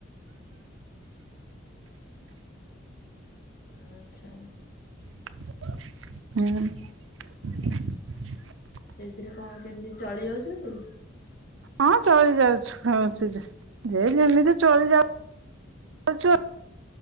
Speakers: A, on the left; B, on the right.
A: <inaudible> ଆଚ୍ଛା।
B: ହୁଁ।
A: ସେଇଥିରେ କଣ କେମତି ଚଳି ଯାଉଚନ୍ତି?
B: ହଁ ଚଳି ଯାଉଚୁ <unintelligible> ଯେ ଯେମିତି ଚଳି ଯାଉ ଆଉଛୋ